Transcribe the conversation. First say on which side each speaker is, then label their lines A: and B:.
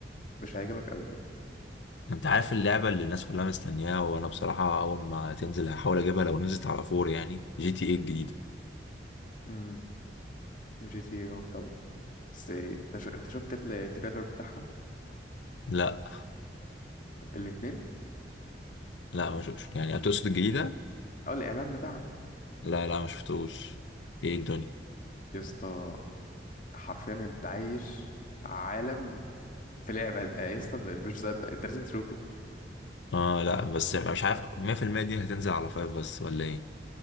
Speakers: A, on the left; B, on the left.
A: مش هيعجبك قوي
B: أنت عارف اللعبة اللي الناس كلها مستنياها وأنا بصراحة أول ما تنزل هحاول أجيبها لو نزلت على فور يعني جي تي إيه الجديدة
A: امم جي تي اه طبعا بس انت شو... انت شفت التريلر بتاعها
B: لا
A: الاتنين
B: لا ما شفتش يعني هتقصد الجديدة
A: اه الاعلان بتاعها
B: لا لا ما شفتوش إيه الدنيا
A: يا اسطى حرفيا انت عايش عالم في لعبة يا اسطى مش مصدق انت لازم تشوفه
B: اه لا بس مش عارف 100% دي هتنزل على فايف بس ولا إيه